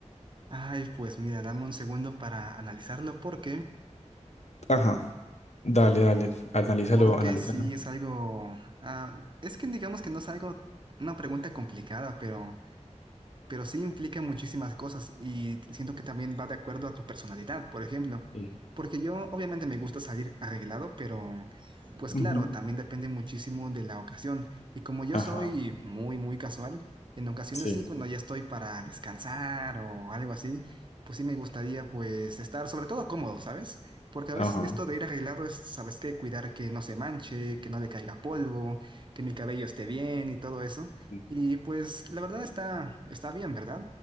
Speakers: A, on the right; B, on the left.
A: Ay, pues mira, dame un segundo para analizarlo. ¿Por qué?
B: Ajá, dale, dale, analízalo,
A: Porque
B: analízalo.
A: sí es algo... ah, es que digamos que no es algo, una pregunta complicada, pero pero sí implica muchísimas cosas y siento que también va de acuerdo a tu personalidad, por ejemplo,
B: Sí.
A: porque yo obviamente me gusta salir arreglado, pero pues claro,
B: Ujú.
A: también depende muchísimo de la ocasión y como yo
B: Ajá,
A: soy muy, muy casual, en ocasiones
B: sí,
A: sí, cuando ya estoy para descansar o algo así, pues sí me gustaría pues estar sobre todo cómodo, ¿sabes? Porque a
B: ajá,
A: veces esto de ir arreglado es, ¿sabes qué? Cuidar que no se manche, que no le caiga polvo, que mi cabello esté bien y todo eso.
B: sí,
A: Y pues la verdad está, está bien, ¿verdad?